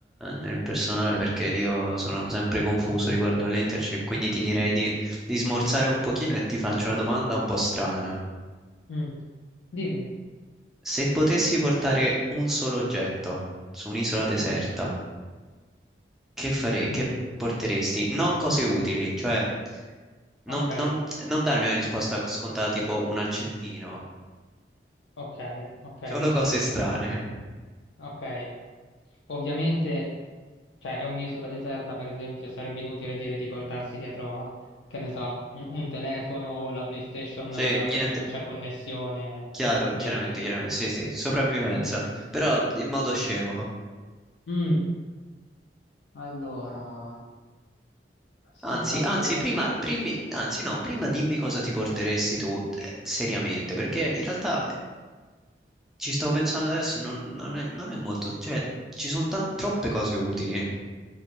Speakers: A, in the centre; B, on the left.
A: nel personale perché io sono sempre confuso riguardo alle internship, quindi ti direi di, di smorzare un pochino e ti faccio una domanda un po' strana.
B: Mm. Dimmi.
A: Se potessi portare un solo oggetto su un'isola deserta, che fare,
B: Mm.
A: che porteresti? No cose utili, cioè non,
B: Ok,
A: non- non darmi una risposta scontata tipo un accendino,
B: ok, ok,
A: solo cose strane.
B: ok. Ovviamente, cioè, è un'isola deserta, per esempio, sarebbe inutile dire di portarsi dietro, che ne so, un, un telefono o la PlayStation
A: Cioè,
B: eh,
A: niente,
B: perché non c'è connessione
A: chiaro,
B: né
A: chiaramente,
B: niente.
A: chiaramente, sì, sì, sopravvivenza,
B: Mm.
A: però in modo scemo.
B: Mm, allora, sopravvivenza.
A: Anzi, anzi, prima, primi- anzi, no, prima dimmi cosa ti porteresti tu eh, seriamente, perché in realtà ci stavo pensando adesso, non, non è, non è molto, cioè ci sono tan- troppe cose utili.